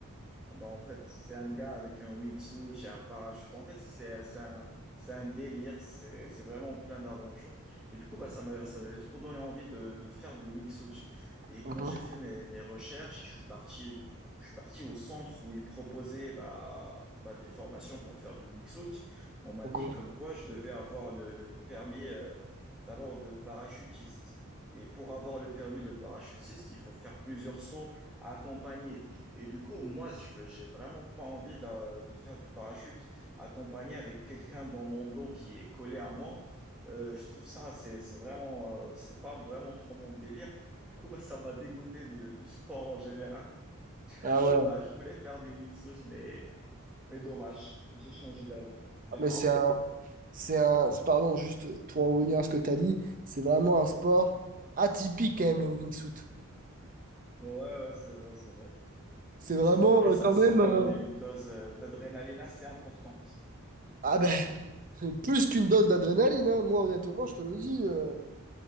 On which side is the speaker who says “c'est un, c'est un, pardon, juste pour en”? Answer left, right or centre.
Right